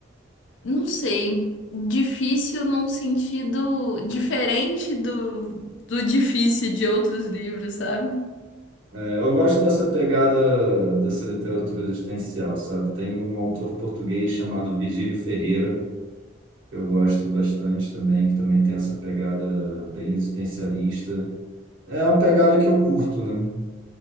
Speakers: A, on the left (about 65°); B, on the right (about 85°).
A: não sei, difícil num sentido diferente do, do difícil de outros livros, sabe?
B: É, eu gosto dessa pegada dessa literatura existencial, sabe? Tem um autor português chamado Virgílio Ferreira, que eu gosto bastante também, que também tem essa pegada bem existencialista. É uma pegada que eu curto, né?